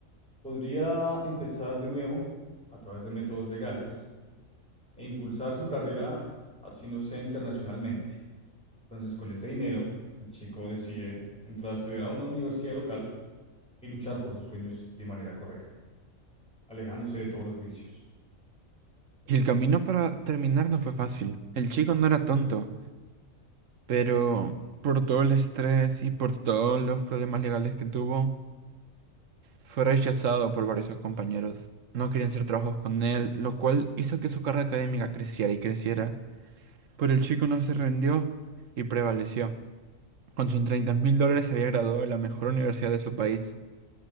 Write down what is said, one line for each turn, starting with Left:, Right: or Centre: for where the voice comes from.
Centre: podría empezar de nuevo a través de métodos legales e impulsar su carrera, así no sea internacionalmente. Entonces, con ese dinero, el chico decide entrar a estudiar a una universidad local y luchar por sus sueños de manera correcta, alejándose de todos los vicios.
Right: Y el camino para terminar no fue fácil. El chico no era tonto, pero por todo el estrés y por todos los problemas legales que tuvo, Fue rechazado por varios de sus compañeros. No querían hacer trabajos con él, lo cual hizo que su carrera académica creciera y creciera. Pero el chico no se rindió y prevaleció. Con sus 30 mil dólares se había graduado de la mejor universidad de su país.